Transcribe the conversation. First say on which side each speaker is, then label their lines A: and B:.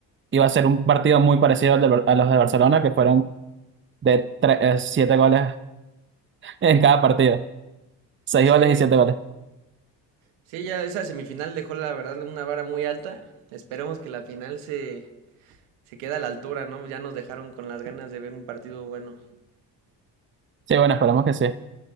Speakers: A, on the right; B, on the right.
A: Y va a ser un partido muy parecido al de a los de Barcelona, que fueron de tre- eh, 7 goles <laughs> en cada partido. seis
B: Sí,
A: goles y 7 goles.
B: Sí, ya esa semifinal dejó la verdad una vara muy alta. Esperemos que la final se, se quede a la altura, ¿no? Ya nos dejaron con las ganas de ver un partido bueno.
A: Sí, bueno, esperamos que sí.